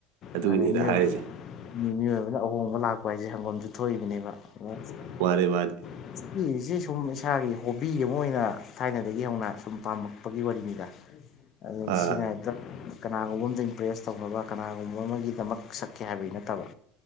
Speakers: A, on the right; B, on the left.
A: ꯑꯗꯨꯒꯤꯅꯤꯗ
B: ꯃꯥꯅꯦ ꯃꯤꯑꯣꯏꯕꯅ
A: ꯍꯥꯏꯔꯤꯁꯦ
B: ꯑꯍꯣꯡꯕ ꯂꯥꯛꯄ ꯍꯥꯏꯖꯦ ꯍꯪꯕꯝꯁꯨ ꯊꯣꯛꯏꯕꯅꯦꯕ
A: ꯃꯥꯅꯦ
B: <inaudible>
A: ꯃꯥꯅꯦ
B: ꯁꯤꯒꯤꯁꯤ ꯁꯨꯝ ꯏꯁꯥꯒꯤ ꯍꯣꯕꯤ ꯑꯃ ꯑꯣꯏꯅ ꯊꯥꯏꯅꯗꯒꯤ ꯍꯧꯅ ꯁꯨꯝ ꯄꯥꯝꯃꯛꯄꯒꯤ ꯋꯥꯔꯤꯅꯤꯗ ꯑꯗꯨꯅ
A: ꯑꯥ
B: ꯁꯤꯅ ꯍꯦꯛꯇ ꯀꯅꯥꯒꯨꯝꯕ ꯑꯃꯝꯇꯪ ꯏꯝꯄ꯭ꯔꯦꯁ ꯇꯧꯅꯕ ꯀꯅꯥꯒꯨꯝꯕ ꯒꯨꯝꯕ ꯑꯃꯒꯤꯗꯃꯛ ꯁꯛꯀꯦ ꯍꯥꯏꯕꯒꯤ ꯅꯠꯇꯕ